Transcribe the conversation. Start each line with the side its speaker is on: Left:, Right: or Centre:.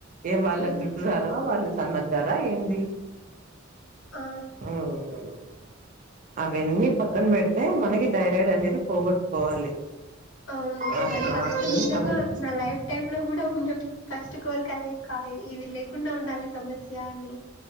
Right: ఏం వాళ్ళకి
Left: హ్మ్.
Right: జుట్టు రాలవా వాళ్ళు సన్నగారా ఏంది
Left: ఆ!
Right: ఒ ఓ అవన్నీ పక్కన పెడితే మనకి థైరాయిడ్ అనేది పోగొట్టుకోవాలి
Left: అవును
Right: అది
Left: కాది
Right: మాత్రమే
Left: ఫస్ట్ నిజంగా
Right: ఆలోచించి
Left: నా లైఫ్ టై లో కూడా ఉండే ఫస్ట్ కోరిక అదే కా ఇవి లేకుండా ఉండాలి సమస్య అని